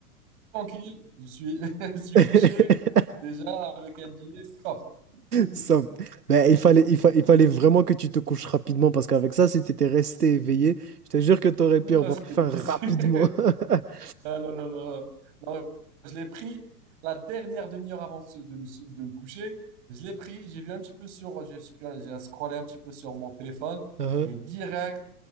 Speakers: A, on the right (about 50°); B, on the right (about 85°).
A: tranquille, je suis, <laughs> je suis
B: <laughs>
A: couché déjà avec un dîner soft. <laughs>
B: Ça- ben, il fallait, il fa- il fallait vraiment que tu te couches rapidement parce qu'avec ça, si t'étais resté éveillé, je te jure que t'aurais
A: Non,
B: pu avoir
A: non, c'était
B: faim
A: difficile.
B: rapidement.
A: <laughs>
B: <laughs>
A: Non, non, non, non. Non, je l'ai pris la dernière demi-heure avant de, se- de me de me coucher. Je l'ai pris, j'ai vu un petit peu sur, j'ai j'ai scrollé un petit peu sur mon téléphone
B: Hein
A: et direct